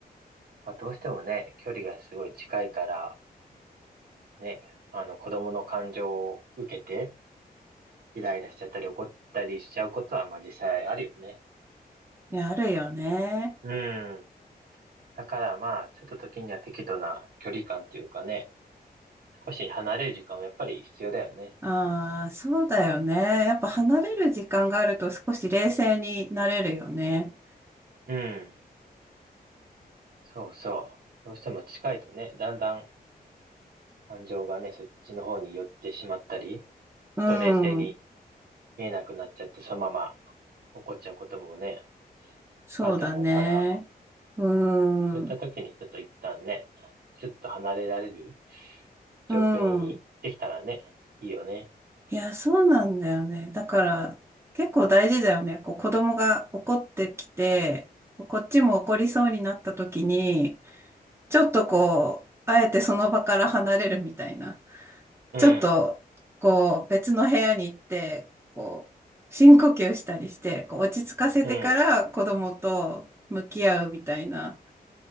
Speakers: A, on the right (about 75°); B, on the right (about 15°).
A: まあどうしてもね、距離がすごい近いから、ね、あの子供の感情を受けて、イライラしちゃったり怒ったりしちゃうことは、まあ実際あるよね。
B: いや、あるよね。
A: うん。だからまあ、ちょっと時には適度な距離感っていうかね、少し離れる時間はやっぱり必要だよね。
B: ああ、そうだよね。やっぱ離れる時間があると少し冷静になれるよね。
A: うん。そうそう。どうしても近いとね、だんだん感情がね、そっちの方に寄ってしまったり、ちょっと冷静に
B: うん。
A: 見えなくなっちゃって、そのまま起こっちゃうこともね、
B: そうだね。
A: あると思うから、
B: う
A: そういった時にちょっと一旦ね、
B: ん。
A: スッと離れられる状況にできたらね、
B: うん。
A: いいよね。
B: いや、そうなんだよね。だから、結構大事だよね。こう、子供が怒ってきて、こうこっちも怒りそうになった時に、ちょっとこう、あえてその場から離れるみたいな。
A: うん、
B: ちょっと、こう、別の部屋に行って、こう、深呼吸したりして、こう、落ち着かせてから子供と向き合うみたいな
A: うん、